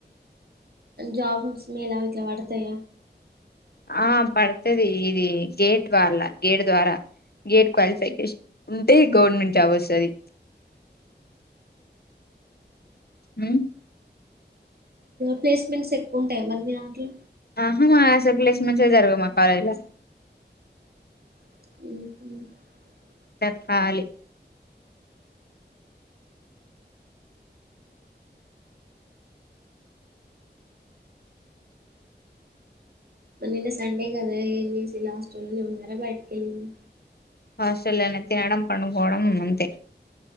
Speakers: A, on the right; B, on the left.
A: జాబ్స్ మేల వీట్లా వడతయ
B: ఆ పడుతుది ఇది గేట్ వాళ్ల్ళ గేట్ ద్వారా గేడ్ క్వాలిఫికేషన్ ఉంటే గవర్నమెంట్ జాబ్ వస్తుంది హ
A: ప్లేస్మెంట్స్ ఎక్కువ ఉంటాయి మరి మీ దాంట్లో
B: ఆహా మా అస ప్లేస్మెంట్స్ జరుగు మా కాలేజ్ లో
A: ఉ
B: తకాలి
A: నిన్న సండే కదా ఏం చేసి లాస్ట్ లోనే ఉన్నారా బయటకి వెళ్ళింది
B: హాస్టల్నే త నడంం పడుకోవడం అంతే